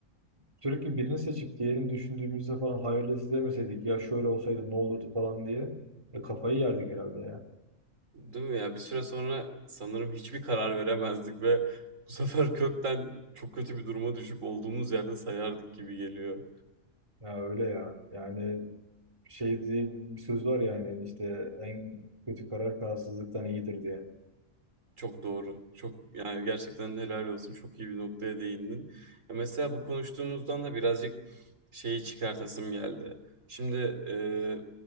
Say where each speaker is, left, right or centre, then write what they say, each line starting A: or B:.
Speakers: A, on the right (about 25°); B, on the right (about 85°).
A: sürekli birini seçip diğerini düşündüğümüzde falan hayırlısı demeseydik ya şöyle olsaydı ne olurdu falan diye e, kafayı yerdik herhalde
B: Değil mi ya? Bir süre sonra sanırım hiçbir karar veremezdik ve bu sefer kökten çok kötü bir duruma düşüp olduğumuz yerde sayardık gibi geliyor.
A: Ya öyle ya. Yani şey diye bir söz var yani işte en kötü karar kararsızlıktan iyidir diye.
B: Çok doğru. Çok yani gerçekten helal olsun. Çok iyi bir noktaya değindin. Ya mesela bu konuştuğumuzdan da birazcık şeyi çıkartasım geldi. Şimdi e,